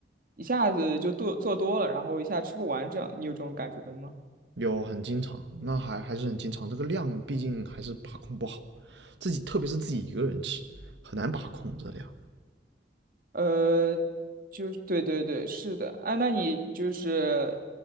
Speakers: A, on the right; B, on the right.
A: 一下子就做做多了，然后一下吃不完这样，你有这种感觉吗？
B: 有很经常，那还还是很经常。这个量毕竟还是把控不好，自己特别是自己一个人吃，很难把控这量。
A: 呃，就是对对对，是的。哎、那你就是